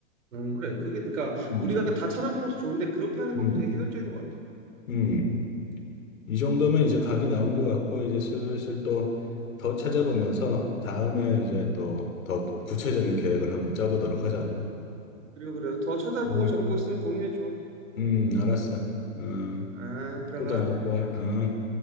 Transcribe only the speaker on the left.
음,
음.
음. 이 정도면
이제 각이
나온 것 같고, 이제 슬슬 또 더 찾아보면서 다음에 이제 또 더 구체적인 계획을 한번 짜보도록 하자고.
음,
음, 알았어. 음,
또 전화 올 거야. 음.